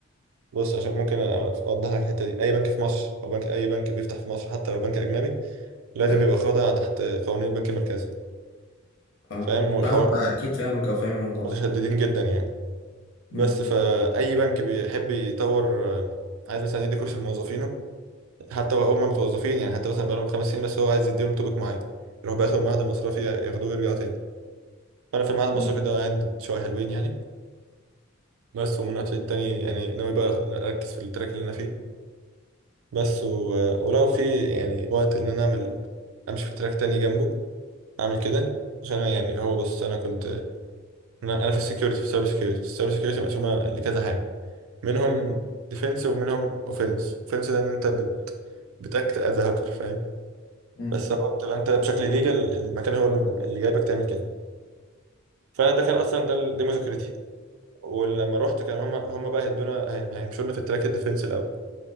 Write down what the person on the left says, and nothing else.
حلو
اه
فاهم آه اكيد فاهمك او فاهم الموضوع ده
امم
امم
امم